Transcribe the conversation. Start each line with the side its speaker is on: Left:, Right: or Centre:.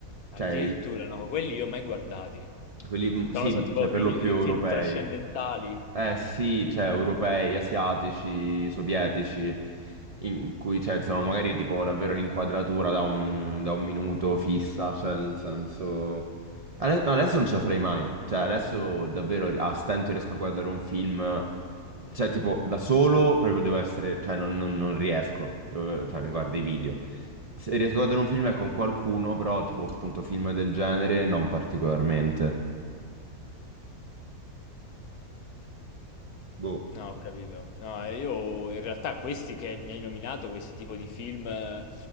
Left: Addirittura,
Right: Cioè, i-
Left: no, quelli io mai guardati.
Right: quelli,
Left: Sono
Right: sì,
Left: stati tipo
Right: cioè, per
Left: film,
Right: lo
Left: eh,
Right: più europei.
Left: film trascendentali.
Right: Eh sì, cioè europei, asiatici, sovietici, in cui cioè, sono magari tipo davvero l'inquadratura da un, da un minuto fissa, cioè nel senso... Ade- Adesso non ce la farei mai, cioè adesso davvero a stento riesco a guardare un film, cioè tipo da solo proprio devo essere, cioè non, non- non riesco, Devo- cioè mi guardo i video. Se riesco a guardare un film è con qualcuno, però tipo appunto film del genere non particolarmente. Boh.
Left: No, ho capito. No, e io in realtà questi che mi hai nominato, questi tipo di film, eh,